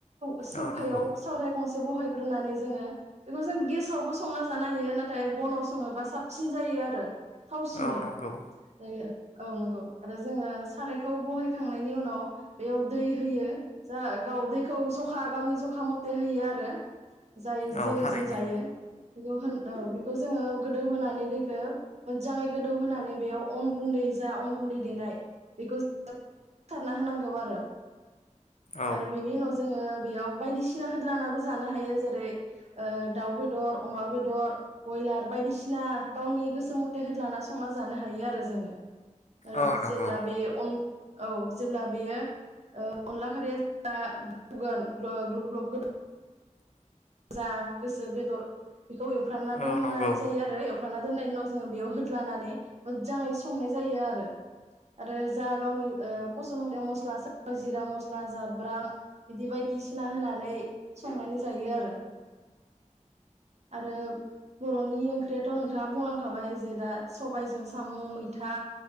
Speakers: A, on the right; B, on the left.
A: सौखायाव
B: औ नंगौ
A: सराय गं से बहायग्रोनानै जोङो बेखौ जों गेसावबो संना जानो हायो नाथाय बनाव सङोबा साबसिन जायो आरो। थावसिनो
B: औ नंगौ।
A: जायो। औ नंगौ आरो जोङो सारायखौ बहायखांनायनि उनाव बेयाव दै होयो जा गाव दैखौ जखा गावनि जखा म थे होयो आरो जाय
B: औ
A: जे
B: थारैनो
A: जों जायो। बेखौ होन औ बेखौ जोङो गोदौ होनोनानै दैखौ मोजाङै गोदौ होनोनानै बेयाव अन गुन्दै जा अन गुन्दै देनाय बेखौ सारना होनांगौ आरो।
B: औ
A: आरो बिनि उनाव जोङो बेयाव बायदिसिना होद्लानाबो जानो हायो जेरै दाउ बेदर अमा बेदर बयलार बायदिसिना गावनि गोसो मथे होद्लाना संना जानो हायो आरो जोङो। आरो
B: औ नंगौ
A: जेब्ला बे अन औ जेब्ला बेयो अनला खारिया गोदौगोन ग ग्लप ग्लप गो जा गोसो बेदर बेखौ एवफ्रानना
B: औ
A: दोननाय
B: नंगौ।
A: जायो आरो एव एउफ्रामना दोननायनि उनाव जोङो बेयाव होद्लानानै मोजाङै संनाय जायो आरो आरो जा गावनि फस मथ मस्ला सोरबा जिरा मस्ला जाब्रां बिदि बायदिसिना होनानै संनानै जायो आरो। आरो बर'नि ओंख्रियाथ' नोंथाङा बुंलांखाबाय जे दा सबायजों साम', मैथा